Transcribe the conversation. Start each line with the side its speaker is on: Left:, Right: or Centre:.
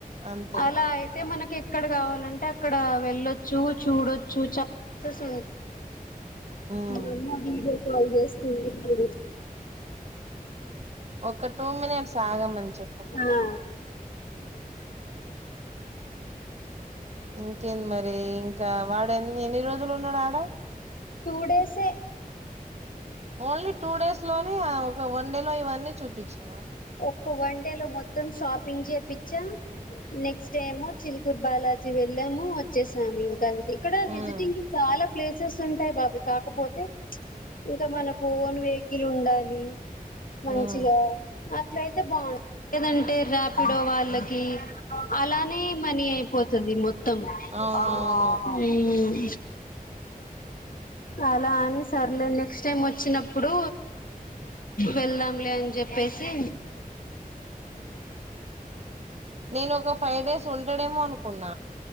Right: అంతే
Left: అలా అయితే మనకి ఎక్కడ కావాలంటే అక్కడ వెళ్ళొచ్చు చూడొచ్చు చాల ప్లేసెస్
Right: ఉమ్
Left: మా అమ్మ వీడియో కాల్ చేస్తుంది ఇప్పుడు
Right: ఒక టూ మినిట్స్ ఆగమని చెప్పు
Left: ఆ
Right: ఇంకేంది మరి ఇంకా వాడు ఎన్ని ఎన్ని రోజులు ఉన్నాడు ఆడ
Left: టూ డైసే
Right: ఓన్లీ టూ డేస్ లోనే ఒక వన్ డే లో ఇవన్నీ చూపించినవ
Left: ఒక వన్ డేలో మొత్తం షాపింగ్ చేపిచ్చా నెక్స్ట్ ఏమో చిలుకూరి బాలాజీ వెళ్ళాము వచ్చేసము ఇంకా ఇక్కడ
Right: ఉమ్
Left: విజిటింగ్ కి చాలా ప్లేసెస్ ఉంటాయి బాబీ కాకపోతే ఇంకా మనకు ఓన్ వెహికల్ ఉండాలి మంచిగా
Right: ఉమ్
Left: అట్లయితే బాన్ లేదంటే ర్యాపిడో వాళ్ళకి అలానే మనీ అయిపో పోతుంది మొత్తం
Right: అవునవును
Left: ఆ మ్ అలా అని సర్లే నెక్స్ట్ టైం వచ్చినప్పుడు వెళ్దాంలే అని జేప్ ప్పేసి
Right: నేను ఒక ఫైవ్ డేస్ ఉంటడేమో అనుకున్న